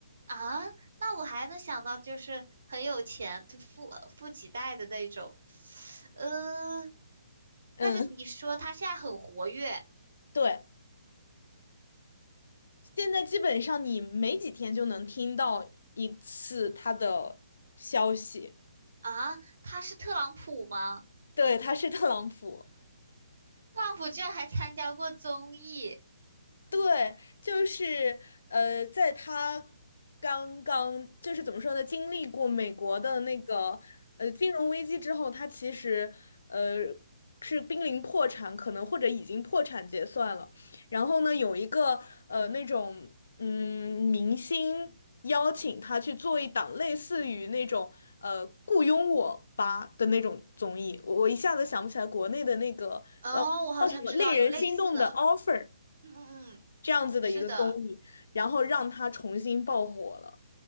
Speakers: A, on the right; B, on the left.
A: 啊，那我还能想到就是很有钱，就富富几代的那种，呃。
B: 嗯，
A: 但是你说他现在很活跃
B: 对。现在基本上你没几天就能听到一次他的消息，
A: 啊，他是特朗普吗？
B: 对，他是特朗普。
A: 特朗普居然还参加过综艺。
B: 对，就是呃，在他刚刚就是怎么说呢，经历过美国的那个呃金融危机之后，他其实呃是濒临破产，可能或者已经破产结算了。然后呢，有一个呃那种嗯明星邀请他去做一档类似于那种呃《雇佣我吧》的那种综艺，我我一下子想不起来国内的那个叫叫什么令人心动的
A: 哦，我好像知道有类似的。
B: offer。
A: 嗯嗯嗯，
B: 这样子的一个综艺，
A: 是的。
B: 然后让他重新爆火了。